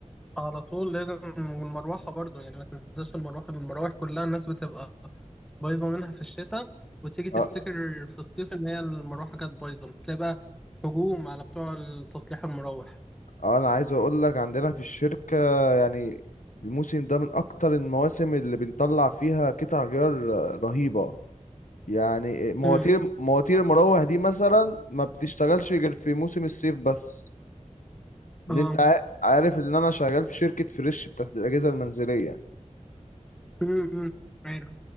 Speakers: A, in the centre; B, on the left.
A: على طول لازم والمروحة برضو يعني ما تنساش المروحة المراوح كلها الناس بتبقى بايظة منها في الشتاء وتيجي
B: أ-
A: تفتكر في الصيف ان هي المروحة كانت بايظة بتلاقي بقى هجوم على بتوع تصليح المراوح
B: انا عايز اقول لك عندنا في الشركه يعني الموسم ده من اكتر المواسم اللي بنطلع فيها قطع غيار رهيبه يعني مواتير
A: امم
B: مواتير المراوح دي مثلا ما بتشتغلش غير في موسم الصيف بس
A: اه
B: ان انت عا- عارف ان انا شغال في شركة فريش بتاعت الاجهزة المنزلية
A: امم أمم. عارف